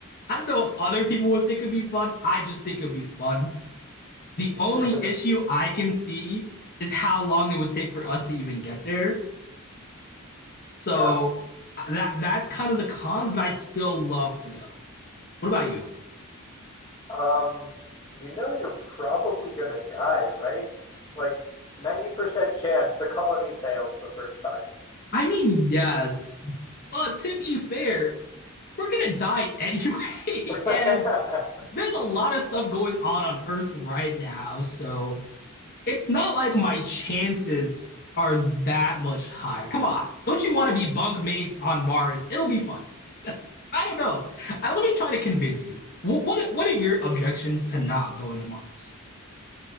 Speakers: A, on the left (about 45°); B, on the left (about 25°).
A: I don't know if other people would think it'd be fun. I just think it'd be fun. The only
B: <laughs>
A: issue I can see is how long it would take for us to even get there. So
B: Yeah.
A: that that's kind of the cons, but I'd still love to go. What about you?
B: Um, you know you're probably gonna die, right? Like 90% chance the colony fails the first time.
A: I mean, yes, but to be fair, we're gonna die anyway, <laughs>
B: <laughs>
A: and there's a lot of stuff going on on Earth right now, so it's not like my chances are that much higher. Come on, don't you want to be bunk mates on Mars? It'll be fun. I don't know. I, let me try to convince you. What, what what are your objections to not going to Mars?